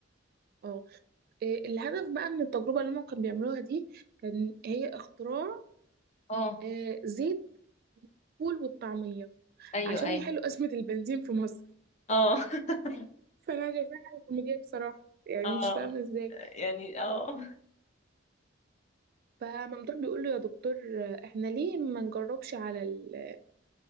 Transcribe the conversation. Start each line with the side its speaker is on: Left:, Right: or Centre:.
Right: اه آه، الهدف بقى من التجربة اللي هما كانوا بيعملوها دي كان هي اختراع
Left: اه
Right: آه، زيت الفول والطعمية
Left: ايوه
Right: عشان
Left: ايوه
Right: يحلوا <laughs> أزمة البنزين في مصر
Left: اه <laughs>
Right: فأنا شايفاها حاجة كوميدية بصراحة يعني
Left: اه
Right: مش فاهمة ازاي
Left: يعني اه
Right: فممدوح بيقول له يا دكتور آه، احنا ليه ما نجربش على ال...